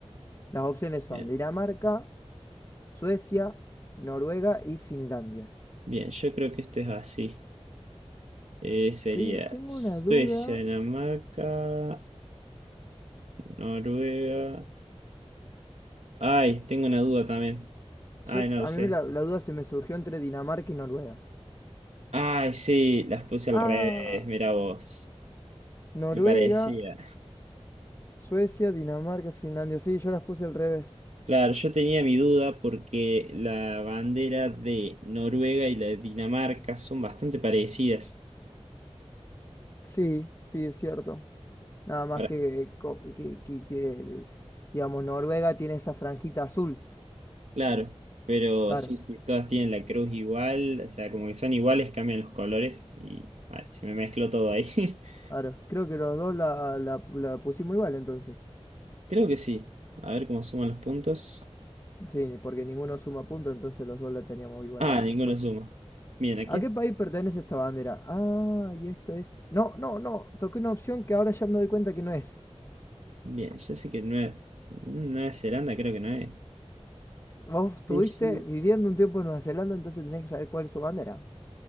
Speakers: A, on the left; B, on the right.
A: Las opciones son
B: Bien,
A: Dinamarca, Suecia, Noruega y Finlandia.
B: bien, yo creo que esto es así. Eh, sería
A: Estoy- tengo
B: Suecia,
A: una duda.
B: Dinamarca, Noruega. Ay, tengo una duda también. Ay,
A: Yo,
B: no lo
A: a
B: sé.
A: mí me la, la duda se me surgió entre Dinamarca y Noruega.
B: Ay, sí, las puse al
A: Ah,
B: revés, mira vos.
A: Noruega,
B: Me parecía.
A: Suecia, Dinamarca, Finlandia. Sí, yo las puse al revés.
B: Claro, yo tenía mi duda porque la bandera de Noruega y la de Dinamarca son bastante parecidas.
A: Sí, sí, es cierto. Nada más
B: Para-
A: que, co- que, que- que el- digamos, Noruega tiene esa franjita azul.
B: claro, pero
A: Claro.
B: sí, sí, todas tienen la cruz igual, o sea, como que son iguales, cambian los colores y ay, se me mezcló todo ahí. <laughs>
A: Claro, creo que los dos la, la- la pusimos igual entonces.
B: Creo que sí. A ver cómo suman los puntos.
A: Sí, porque ninguno suma punto, entonces los dos la teníamos igual
B: Ah,
A: a la
B: ninguno
A: respuesta.
B: suma. Bien, aquí.
A: ¿A qué país pertenece esta bandera? Ah, y esta es... No, no, no, toqué una opción que ahora ya me doy cuenta que no es.
B: Bien, yo sé que Nueva, Nueva Zelanda creo que no es.
A: Vos estuviste
B: Fiji.
A: viviendo un tiempo en Nueva Zelanda, entonces tenés que saber cuál es su bandera.